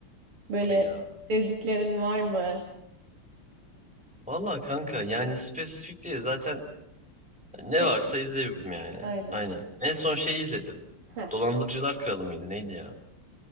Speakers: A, on the right; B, in the centre.
A: Böyle
B: tabii ya.
A: sevdiklerin var mı?
B: Valla kanka yani spesifik değil zaten ne
A: Hep
B: varsa izliyorum yani.
A: aynen.
B: Aynen. En son şeyi izledim.
A: Heh.
B: Dolandırıcılar Kralı mıydı neydi ya?